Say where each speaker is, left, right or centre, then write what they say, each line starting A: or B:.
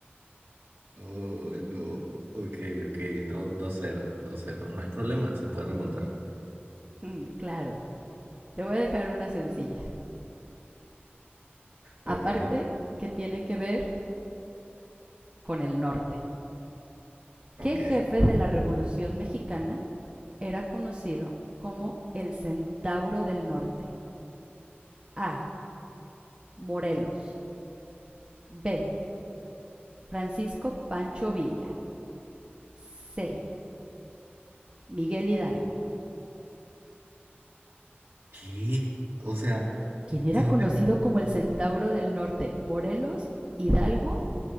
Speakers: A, on the right; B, on the right.
A: Oh, no. Ok, ok, do- dos cero, dos cero. No hay problema, se puede remontar.
B: Mm, claro, te voy a dejar una sencilla. aparte
A: Ok,
B: que tiene que ver con el norte.
A: ok,
B: ¿Qué jefe de la Revolución Mexicana era conocido como el Centauro del Norte? A. Morelos. B. Francisco Pancho Villa. C. Miguel Hidalgo.
A: ¿Qué? O sea,
B: ¿Quién era
A: ¿de dónde
B: conocido como el Centauro del Norte? ¿Morelos, Hidalgo